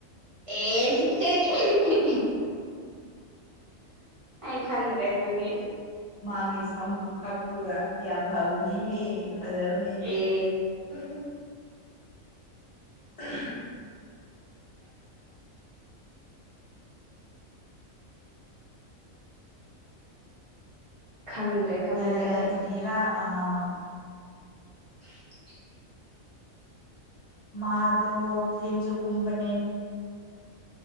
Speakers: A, on the right (about 25°); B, on the left (about 50°).
A: ꯑꯦ <unintelligible> ꯑꯩ ꯈꯪꯗ꯭ꯔꯦ ꯑꯗꯨꯗꯤ
B: ꯃꯥꯒꯤ ꯁꯝ ꯈꯨꯨꯀꯛꯇꯨꯒ ꯌꯥꯝ ꯐꯕꯅꯤꯍꯦ ꯐꯖꯕꯅꯤ <unintelligible>
A: ꯑꯦ
B: <inaudible>
A: ꯈꯪꯗ꯭ꯔꯦ ꯈꯪꯗ꯭ꯔꯦ
B: ꯑꯦ
A: ꯑꯩ
B: ꯀꯔꯤꯔꯥ ꯑꯥ
A: <inaudible>
B: ꯃꯥꯗꯣ ꯐꯤꯂꯤꯝꯁꯨ ꯀꯨꯝꯕꯅꯦ